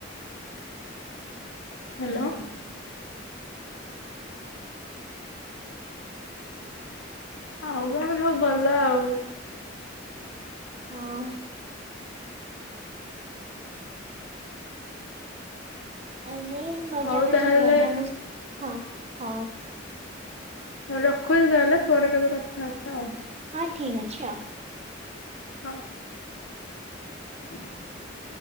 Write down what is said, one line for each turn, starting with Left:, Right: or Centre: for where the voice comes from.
Left: ହାଲୋ। ଆଉ କଣ ସବ ଭଲ ଆଉ।
Right: ହଁ। ଆଉ ମୁଁ ମଜା
Left: ହଉ
Right: ମଝଜି
Left: ତାହେଲେ
Right: ମଜା ମସ୍ ହଁ ହଉ।
Left: ହଉ ରଖୁଚି ତାହେଲେ। ପରେ କେବେ କଥା ହେବା ଆଉ।
Right: ଠିକ୍ ଅଛି ଆଉ।
Left: ହଁ। <inaudible>